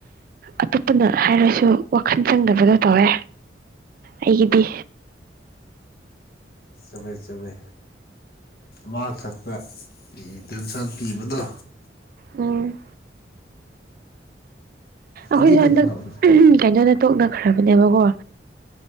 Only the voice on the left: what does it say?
ꯆꯨꯨꯝꯃꯦ-ꯆꯨꯝꯃꯦ ꯃꯈꯛ ꯇꯥ ꯄꯤꯇꯦꯟꯁꯟ ꯄꯤꯕꯗꯣ
ꯑꯗꯨꯅ
ꯐꯕꯅꯦ